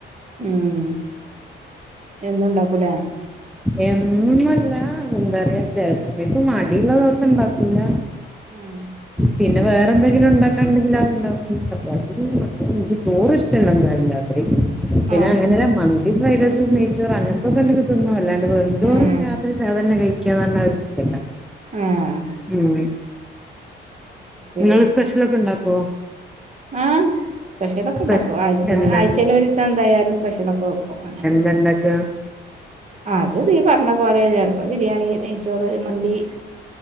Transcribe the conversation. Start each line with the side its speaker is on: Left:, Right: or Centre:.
Right: ഉം എന്നും ഇണ്ടാക്കൂലെ
Centre: എന്ന് എന്നൂല്ല എന്താ പറയാ ചെലസമയത്ത് മടിയുള്ള ദിവസം ഇണ്ടാക്കൂല്ല
Right: ആഹ്
Centre: പിന്നെ വേറെ എന്തെങ്കിലും ഉണ്ടാക്കാൻ ഉണ്ടെങ്കില് അത് ഉണ്ടാക്കും ചപ്പാത്തി എനിക്ക് ചോറ് ഇഷ്ടല്ല എന്തായാലും രാത്രി പിന്നെ
Right: ആഹ്
Centre: അങ്ങനല്ല മന്തി, ഫ്രൈറൈസ്, നെയ്യ്ച്ചോറ് അങ്ങനത്തൊക്കെ ഇണ്ടെങ്കി തിന്നും അല്ലാ വെറും ചോറും
Right: ആഹ്
Centre: രാത്രി അതന്നെ കഴിക്കാന്ന് പറഞ്ഞാ ഒര് സുഖമില്ല
Right: ആഹ്
Centre: ഉം
Right: അത് ശരി
Centre: നിങ്ങള് സ്പെഷ്യലൊക്കെ ഒണ്ടാക്കോ
Right: ആഹ് സ്പെഷ്യലൊക്കെ
Centre: സ്പെഷ്യൽ
Right: ഇണ്ടാക്കും ആഴ്ചേല്
Centre: എന്ത
Right: ആഴ്ചേല് ഒര്സം എന്തായാലും സ്പെഷ്യലൊക്കെ വെക്കും അങ്ങനെ
Centre: വെണ്ടക്ക
Right: അത് നീ പറഞ്ഞ പോലെ ചെലപ്പം ബിരിയാണി, നെയ്യ്ച്ചോറ്, മന്തി